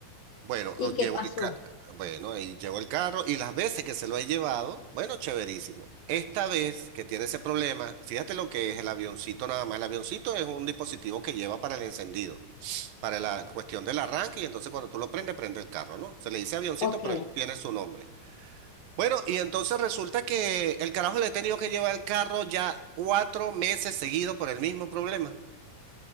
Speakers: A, on the right; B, on the left.
A: Bueno,
B: ¿Y
A: o llevo
B: qué pasó?
A: el ca- bueno, ahí llevo el carro y las veces que se lo he llevado, bueno, chéverísimo. Esta vez que tiene ese problema, fíjate lo que es el avioncito nada más. El avioncito es un dispositivo que lleva para el encendido, para la cuestión del arranque y entonces cuando tú lo prendes, prende el carro, ¿no? Se le dice avioncito,
B: Ok.
A: pero él tiene su nombre. Bueno, y entonces resulta que el carajo le he tenido que llevar el carro ya cuatro meses seguido por el mismo problema.